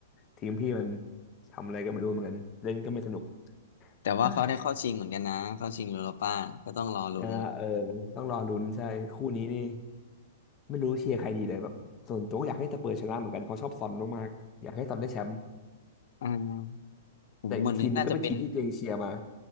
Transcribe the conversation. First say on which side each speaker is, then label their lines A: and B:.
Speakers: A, on the left; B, on the left.
A: ทีมพี่มันทำอะไรก็ไม่รู้เหมือนกันเล่นก็ไม่สนุก
B: แต่ว่าเขาได้เข้าชิงเหมือนกันนะเข้าชิงยูโรป้าก็ต้องรอลุ้น
A: เฮ้ยเออเออต้องรอลุ้นใช่คู่นี้นี่ไม่รู้เชียร์ใครดีเลยแบบส่วนตัวก็อยากให้สเปอร์ชนะเหมือนกันเพราะชอบซอนมากๆอยากให้ซอนได้แชมป์
B: อ่าผมเหมือนนึกน่าจะเป็น
A: แต่อีกทีมนันก็เป็นทีมที่ตัวเองเชียร์มา